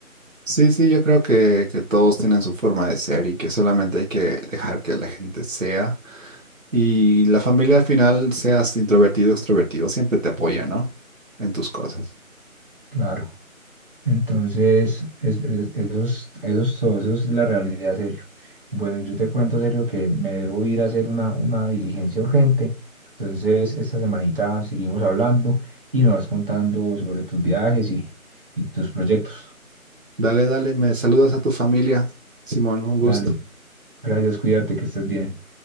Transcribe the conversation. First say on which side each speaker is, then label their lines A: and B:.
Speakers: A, on the right; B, on the right.
A: Sí, sí, yo creo que, que todos tienen su forma de ser y que solamente hay que dejar que la gente sea. Y la familia al final, seas introvertido o extrovertido, siempre te apoya, ¿no? En tus cosas.
B: Claro. Entonces, es, es- eso es, eso es todo, eso es la realidad, Sergio. Bueno, yo te cuento, Sergio, que me debo ir a hacer una, una diligencia urgente. Entonces, esta semanita seguimos hablando y me vas contando sobre tus viajes y, y tus proyectos.
A: Dale, dale, me saludas a tu familia, Simón, un gusto.
B: Dale, gracias, cuídate, que estés bien.